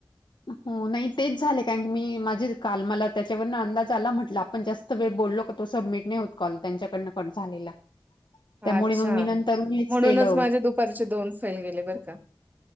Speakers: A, on the left (about 65°); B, on the right (about 20°).
A: हो नाही तेच झाले कारण मी माझे काल मला त्याच्यावरन अंदाज आला म्हटला आपण जास् त वेळ बोललो का तो सबमिट नाही होत कॉल त्यांच्याकडनं पण झालेला
B: अच्छा
A: त्यामुळे मग मी नंतर हेच
B: म्हणूनच
A: केलं.
B: माझे दुपारचे दोन फेल गेले बरं का